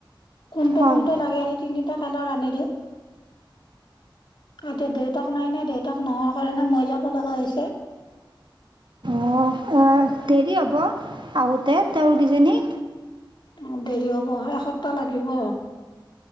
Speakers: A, on the left; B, on the right.
A: কোনটো
B: হয়
A: কোনটো লাগে সেই তিনিটা কালাৰ আনি দিওঁ। এতিয়া দেউতাক নাই ন, দেউতাক নোহোৱাৰ কাৰণে মই যাব লগা হৈছে।
B: অঁ অ দেৰি হ'ব, আহোঁতে তেওঁৰ কেইজনী?
A: অ দেৰি হব এসপ্তাহ লাগিব।